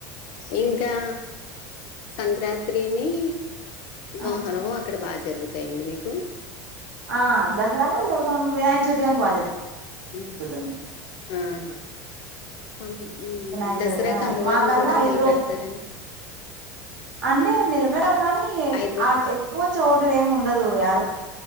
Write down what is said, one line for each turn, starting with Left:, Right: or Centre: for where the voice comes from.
Left: ఇంకా సంక్రాత్రినీ మోహరము
Right: ఆ
Left: అక్కడ బాగ జరుగుతాయండి మీకు
Right: అ దసరా గూడా జరుపుతా ఉంది వినాయకచవితి గాని బాగ
Left: హ్మ్.
Right: జరుగుతుంది
Left: ఆహా ఉమ్
Right: వినాయక
Left: దసరాకి
Right: చవితి గాని
Left: అమ్మవారిని
Right: మా కల్లా
Left: కూడా
Right: ఐదు
Left: నిలబెడతారు
Right: రోజు
Left: అండి
Right: అంటే నిలబెడరు గానీ
Left: ఐదు రో
Right: ఆ ఎక్కువ చూడము ఎం ఉండదు యాడ